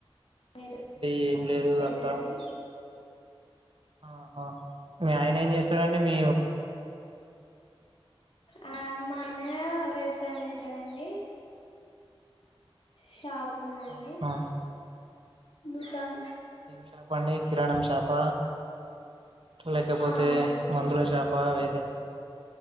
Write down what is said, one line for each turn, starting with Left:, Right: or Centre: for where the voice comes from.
Left: మీరు
Right: ఏమి లేదు
Left: పోయిందండి
Right: అంతా ఆహా మీ ఆయన ఏం చేస్తాడండి మీ
Left: ఆ మా ఆయన వ్యవసాయం చేస్తాడండీ షాప్ పుందండి
Right: ఆహా
Left: దుకాన
Right: చెప్పండి కిరాణం శాప లేకపోతే
Left: ఆ అవునండి కిరాణా
Right: మందుల చేప వేరే